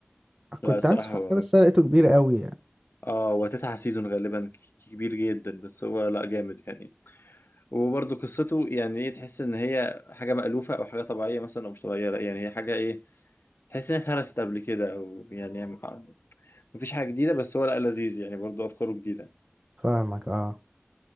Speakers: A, on the left; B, on the right.
A: لا
B: كنت
A: الصراحه
B: عايز أتفرج
A: هو
B: عليه بس أنا لقيته كبير أوي يعني
A: اه هو تسعة سيزون غالبا ك- كبير جدا بس هو لا جامد يعني وبرضه قصته يعني ايه تحس ان هي حاجه مألوفه او حاجه طبيعيه مثلا او مش طبيعيه لا يعني هي حاجه ايه تحس انها اتهرست قبل كده او يعني يعني ما- مفيش حاجه جديده بس هو لا لذيذ يعني برضه افكاره جديده
B: فاهمك اه